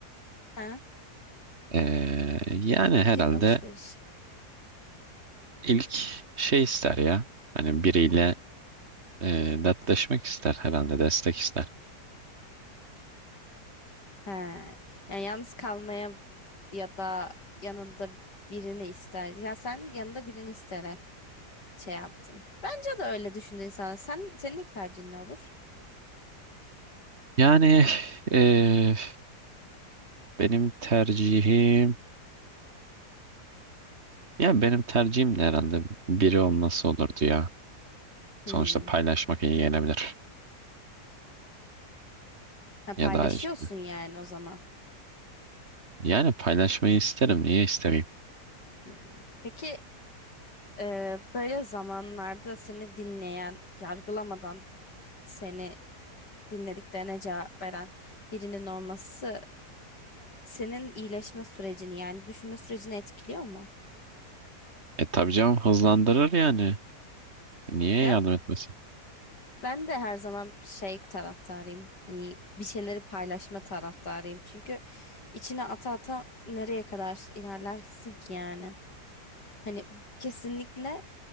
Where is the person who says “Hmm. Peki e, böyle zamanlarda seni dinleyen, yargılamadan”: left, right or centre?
Left